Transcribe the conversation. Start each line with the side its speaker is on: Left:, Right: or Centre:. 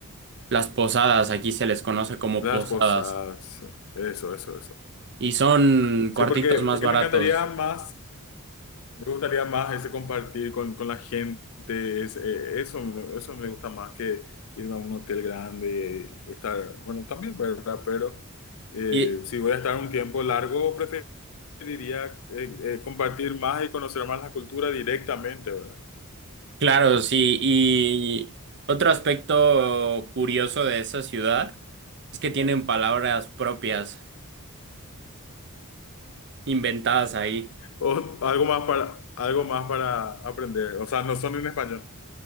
Right: las posadas. Aquí se les conoce como
Left: Las
Right: posadas.
Left: cosas. Eso, eso, eso.
Right: Y son
Left: Sí,
Right: cuartitos
Left: porque,
Right: más
Left: porque
Right: baratos.
Left: me encantaría más. Me gustaría más ese compartir con, con la gente, es, eh, eso, eso me gusta más que irme a un hotel grande, estar, bueno, también, ¿verdad? Pero eh,
Right: Y
Left: si voy a estar un tiempo largo, preferiría eh, eh, compartir más y conocer más la cultura directamente, ¿verdad?
Right: Claro, sí. Y otro aspecto curioso de esa ciudad es que tienen palabras propias, inventadas ahí.
Left: O algo más para, algo más para aprender, o sea, no son en español,